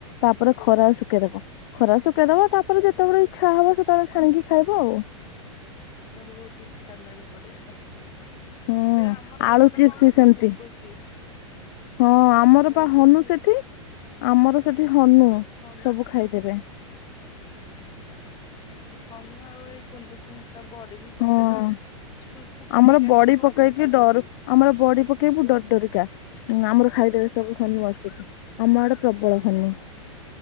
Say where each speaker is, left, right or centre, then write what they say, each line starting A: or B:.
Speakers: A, on the left (about 40°); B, on the left (about 25°).
A: ତାପରେ ଖରାରେ ଶୁଖେଇଦବ। ଖରାରେ ଶୁଖେଇଦବ ତାପରେ ଯେତେବେଳେ ଇଚ୍ଛା ହବ ସେତେବେଳେ ଛାଣିକି ଖାଇବ ଆଉ।
B: ମୋର ବହୁତ୍ ଇଚ୍ଛା ହେଲାଣି କରିବା ପାଇଁ ଦେଖିଆ।
A: ହୁଁ
B: ଏ ଆମର
A: ଆଳୁ
B: ଏପଟେ
A: ଚିପ୍ସ
B: କଣ କହିଲୁ
A: ସେମିତି
B: ଗୁଣ୍ଡୁଚି।
A: ହଁ, ଆମର
B: ଗୁଣ୍ଡୁଚି
A: ପା ହନୁ ସେଠି ଆମର ସେଠି ହନୁ,
B: ହଁ
A: ସବୁ ଖାଇ ଦେବେ।
B: ସେ ହନୁ ଆଉ ଏ ଗୁଣ୍ଡୁଚି ମୂଷା ତୁ ବଡ଼ି ବି ପକେଇଲା
A: ହଁ
B: ବେଳକୁ, ତୁ ଶୁଖେଇଇକି
A: ଆମର ବଡି
B: ଆସିଥିବୁ
A: ପକେଇକି
B: ଅଧା ଖାଇଦଉଚନ୍ତି।
A: ଡରୁ ଆମର ବଡ଼ି ପକେଇବୁ ଡରି ଡରିକା ଆମର ଖାଇଦେବେ ସବୁ ହନୁ ଆସିକି। ଆମ ଆଡେ ପ୍ରବଳ ହନୁ।